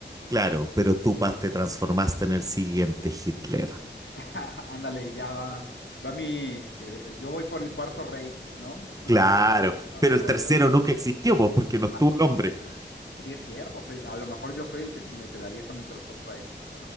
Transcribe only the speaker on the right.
Claro, pero tú pa- te transformaste en el siguiente Hitler.
Claro,
pero
el
tercero
nunca existió, pues, porque no estuvo
el hombre.